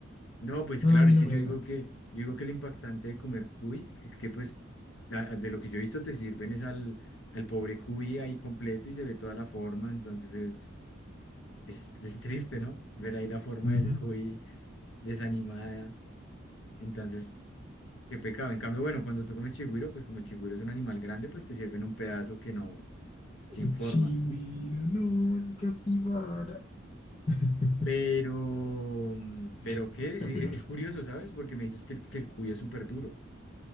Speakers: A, on the left; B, on the left.
A: No, pues
B: No,
A: claro,
B: a mí
A: es
B: no
A: que
B: me...
A: yo digo
B: No.
A: que, yo digo que lo impactante de comer cuy es que pues, a- a- de lo que yo he visto te sirven es al, al pobre cuy ahí completo y se ve toda la forma, entonces es, es, es triste, ¿no? Ver ahí la forma
B: Ujú.
A: del cuy desanimada, entonces Qué pecado. En cambio, bueno, cuando tú comes chigüiro, pues como el chigüiro es un animal grande, pues te sirven un pedazo que no, sin
B: El
A: forma.
B: Chihuiro, no, el capibara. <laughs>
A: Pero, mm,
B: No,
A: pero qué,
B: el capibara.
A: e, es curioso, ¿sabes? Porque me dices que el, que el cuy es súper duro.